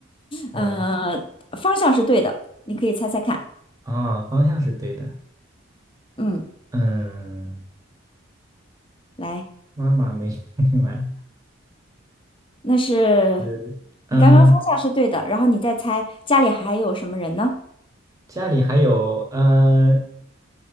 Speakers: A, on the right; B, on the left.
A: 嗯
B: 嗯，方向是对的，你可以猜猜看。
A: 啊，方向是对的，
B: 嗯，
A: 嗯，
B: 来，
A: 妈妈没 <laughs> 买，
B: 那是
A: 嗯嗯，
B: 你刚刚方向是对的，然后你再猜家里还有什么人呢？
A: 家里还有，嗯